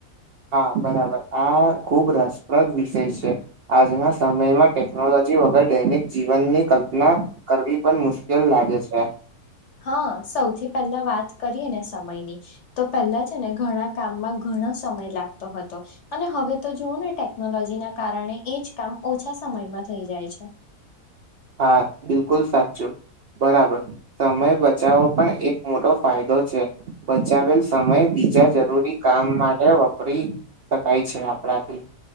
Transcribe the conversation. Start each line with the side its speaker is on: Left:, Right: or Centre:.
Right: હા બરાબર. આ ખુબ રસપ્રદ વિષય છે આજના સમયમાં ટેકનોલોજી જી વગર દૈનિક જીવનની કલ્પના કરવી પણ મુશ્કેલ લાગે છે.
Left: હા સૌથી પહેલા વાત કરીએને સમયની, તો પહેલા છેને ઘણા કામમાં ઘણો સમય લા લાગતો હતો. અને હવે તો જોવોને ટેકનોલોજીના કારણે એજ કામ ઓછા સમયમાં થઈ જાય છે. <inaudible>
Right: હા, બિલકુલ સાચું. બરાબર. સમય બચાવવો પણ એક મોટો ફાયદો છે. બચાવેલ તમે બીજા જરૂરી કામ માટે વપરી શકાય છે આપણાથી.